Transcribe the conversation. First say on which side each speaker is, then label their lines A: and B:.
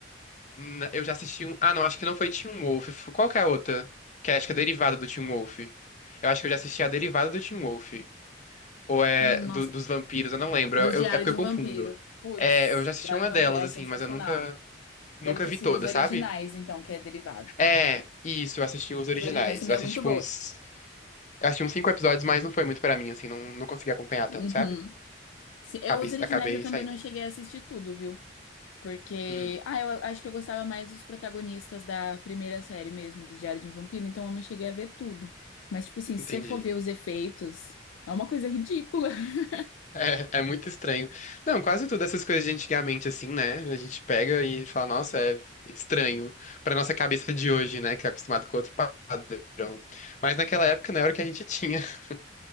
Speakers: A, on the left; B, on the left.
A: Na- Eu já assisti um... Ah, não, acho que não foi Teen Wolf. F- Qual que é a outra? Que é, acho que é derivada do Teen Wolf. Eu acho que eu já assisti a derivada do Teen Wolf. Ou é
B: Hum,
A: do-
B: Nossa,
A: dos vampiros, eu não lembro.
B: do
A: Eu- eu-
B: Diário
A: é porque
B: de
A: eu confundo.
B: um Vampiro. Putz,
A: É, eu já assisti
B: Diário
A: uma
B: de um
A: delas,
B: Vampiro é
A: assim,
B: sensacional.
A: mas eu nunca Nunca
B: Deve ter
A: vi
B: sido
A: toda,
B: os originais,
A: sabe?
B: então, que é derivado.
A: É, isso, eu assisti os originais.
B: Os originais também
A: Eu assisti,
B: é muito
A: tipo,
B: boa.
A: uns. Eu assisti uns cinco episódios, mas não foi muito pra mim, assim, não, não consegui acompanhar
B: Uhum.
A: tanto, sabe?
B: Se- Eu,
A: Acabei,
B: os originais
A: acabei
B: eu também
A: saindo.
B: não cheguei a assistir tudo, viu? Porque.
A: Hum,
B: Ah, eu acho que eu gostava mais dos protagonistas da primeira série mesmo, do Diário de um Vampiro, então eu não cheguei a ver tudo. Mas, tipo assim, se
A: entendi.
B: você for ver os efeitos, é uma coisa ridícula. <laughs>
A: É, é muito estranho. Não, quase tudo essas coisas de antigamente, assim, né? A gente pega e fala, nossa, é estranho. Pra nossa cabeça de hoje, né? Que é acostumado com outro padrão. Mas naquela época, não era o que a gente tinha. <laughs>